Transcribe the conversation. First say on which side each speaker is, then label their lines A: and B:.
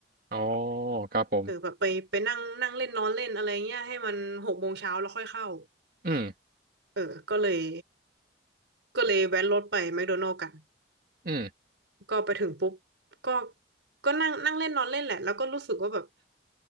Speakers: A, on the right (about 50°); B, on the right (about 80°).
A: อ๋อครับผม
B: เออแบบไปไปนั่งนั่งเล่นนอนเล่นอะไรเงี้ยให้มันหกโมงเช้าแล้วค่อยเข้า
A: อื
B: เออก็เลยก็เลยแวะรถไปแมคโดนัลด์กัน
A: ม
B: ก็ไปถึงปุ๊บ ก็ก็นั่งนั่งเล่นนอนเล่นแหละ แล้วก็รู้สึกว่าแบบ